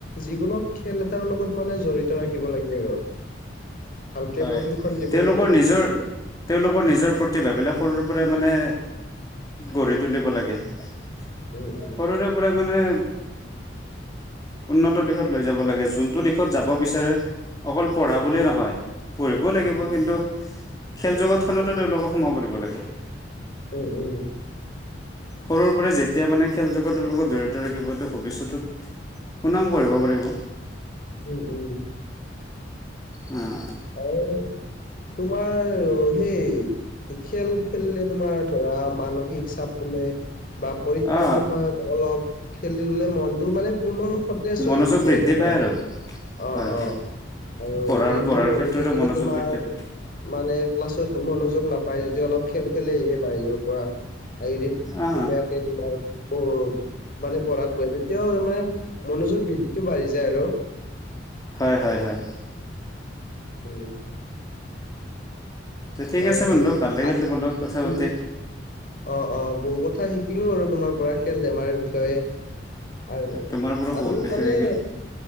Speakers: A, on the left; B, on the left.
A: যিকোনো খেল এটাৰ লগত মানে জড়িত ৰাখিব লাগে আৰু। ভালকে
B: হয়,
A: প্ৰশিক্ষণ দিব
B: তেওঁলোকৰ
A: লাগে
B: নিজৰ তেওঁলোকৰ নিজৰ প্ৰতিভাবিলাক সৰুৰ পৰাই মানে গঢ়ি তুলিব লাগে। সৰুৰে
A: উম, উম,
B: পৰাই মানে উন্নত দিশত লৈ যাব লাগে। যোনটো দিশত যাব বিচাৰে। অকল পঢ়া বুলিয়ে নহয়, পঢ়িবও লাগিব
A: উম,
B: কিন্তু খেল জগতখনতো তেওঁলোকক সোমাব দিব লাগে।
A: উম, উম।
B: সৰুৰ পৰাই যেতিয়া মানে খেল জগতৰ লগত জড়িত ৰাখিব, তেওঁ ভৱিষ্যতত সুনাম কৰিব পাৰিব।
A: উম, উম।
B: উম।
A: আৰু তোমাৰ সেই খেল খেলিলে তোমাৰ ধৰা মানসিক চাপ কমে বা পৰীক্ষাৰ
B: আহ
A: সময়ত অলপ খেলি ললে মনতটো মানে পুনৰ সতেজ
B: মনোযোগ
A: হৈ থাকে
B: বৃদ্ধি
A: ধৰা।
B: পায় আৰু
A: অ
B: হয়
A: অ আৰু
B: পঢ়াৰ
A: দিনটো
B: পঢ়াৰ
A: পঢ়ি
B: ক্ষেত্ৰতো
A: থাকিলে
B: মনোযোগ
A: তোমাৰ
B: বৃদ্ধি পায়
A: মানে ক্লাছত মনোযোগ নাপায় যদি অলপ খেল খেলিহে বাহিৰৰ পৰা শাৰীৰিক
B: অ
A: ধুনীয়াকে তোমাৰ পঢ় মানে পঢ় পঢ়াত বহিবি এতিয়াও তাৰ মানে মনোযোগ বৃদ্ধিটো বাঢ়ি যায় আৰু
B: হয় হয় হয়
A: উম
B: দে ঠিক
A: আৰু
B: আছে বন্ধু ভাল লাগিল তোমাৰ লগত কথা
A: উম,
B: পাতি
A: অ অ বহু কথা শিকিলো আৰু পৰা খেল ধেমালি বিষয়ে আৰু
B: তোমাৰ পৰা বহুত
A: আৰু
B: বিষয়
A: মানে
B: শিকিল